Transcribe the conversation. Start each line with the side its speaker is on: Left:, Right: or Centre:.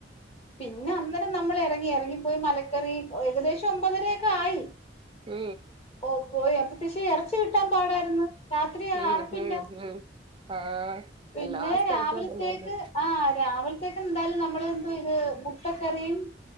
Left: പിന്നെ അന്നേരം നമ്മൾ ഇറങ്ങി ഇറങ്ങിപ്പോയി മലക്കറി ഏകദേശം ഒമ്പതരയൊക്കെ ആയി.
Right: മ്
Left: ഓ പോയി അപ്പൊ പക്ഷെ ഇറച്ചി കിട്ടാൻ പാടായിരുന്നു രാത്രി
Right: ഉം
Left: അറപ്പില്ല.
Right: ഉം ഉം ആഹ്.
Left: പിന്നെ
Right: എല്ലാ സ്ഥലത്തും
Left: രാവിലത്തേക്ക്
Right: അതന്നെയായിരുന്നു
Left: ആഹ് രാവിലത്തേക്ക് എന്തായാലും നമ്മള് എന്തുവാ ഇത് മുട്ടക്കറീം